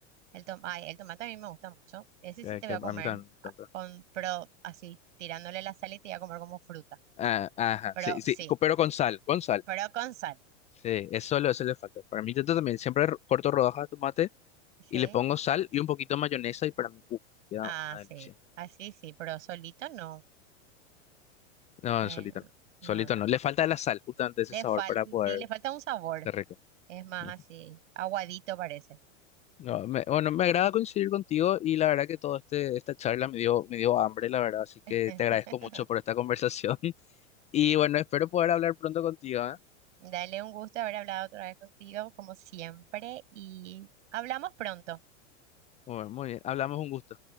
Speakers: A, on the right; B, on the left.
A: El tom- ay, el tomate a mí me gusta mucho. Ese sí
B: que,
A: te voy
B: que
A: a
B: a
A: comer
B: mí también me encanta.
A: ah, con, pero así, tirándole la sal y te voy a comer como fruta.
B: Ah, ajá,
A: Pero
B: sí,
A: sí,
B: sí, co- pero con sal, con sal.
A: pero con sal.
B: Sí, es solo eso le falta. Para mí yo también siempre ro- corto rodajas de tomate
A: Sí.
B: y le pongo sal y un poquito de mayonesa y para mí, uff, queda
A: Ah,
B: una delicia.
A: sí, así sí, sí, pero solito no.
B: No,
A: Eh,
B: no, solito no.
A: no,
B: Solito
A: no.
B: no. Le falta la sal, justamente ese
A: Le
B: sabor
A: fal
B: para poder
A: sí, le falta un sabor.
B: ser rico.
A: Es más
B: Ujú.
A: así, aguadito parece.
B: No, me- bueno, me agrada coincidir contigo y la verdad que toda este, esta charla me dio, me dio hambre, la verdad. Así que
A: <laughs>
B: te agradezco mucho por esta conversación. <laughs> Y bueno, espero poder hablar pronto contigo, ¿eh?
A: Dale un gusto haber hablado otra vez contigo, como siempre, y hablamos pronto.
B: Bueno, muy bien. Hablamos un gusto.